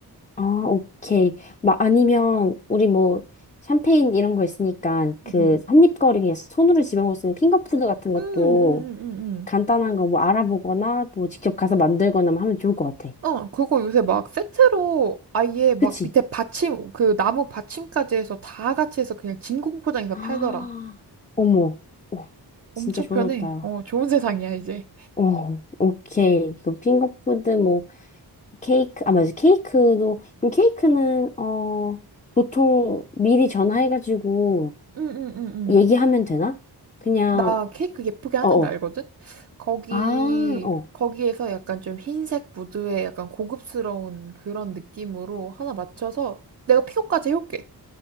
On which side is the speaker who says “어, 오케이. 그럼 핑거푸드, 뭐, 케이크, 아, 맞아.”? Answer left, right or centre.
Left